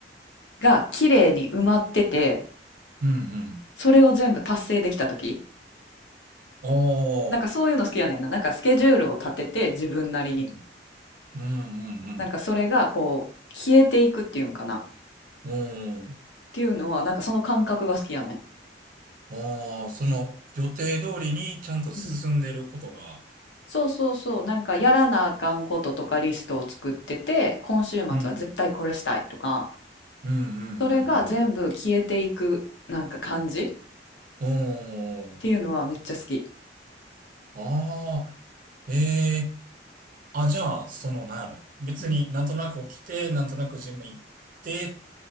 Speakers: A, on the left; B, on the right.
A: が綺麗に埋まってて、
B: うん。うん
A: それを全部達成できた時
B: ああ。
A: なんかそういうの好きやねんな。なんかスケジュールを立てて、自分なりに。
B: うん。うん。うん。
A: なんかそれが、こう、消えていくっていうんかな。っ
B: うん。
A: ていうのは、なんかその感覚が好きやねん。
B: ああ、その予定通りにちゃんと進んでることが、
A: うん。そうそうそう、なんかやらなあかんこととかリストを作ってて、今週末は絶対これしたいとか、
B: うんうんうんうんうん。
A: それが全部消えていくなんか感じっ
B: お
A: ていうのはめっちゃ好き。
B: ー。ああ。えーあ、じゃあ、その、なんやろ。別になんとなく起きて、
A: うん、
B: なんとなくジム行って、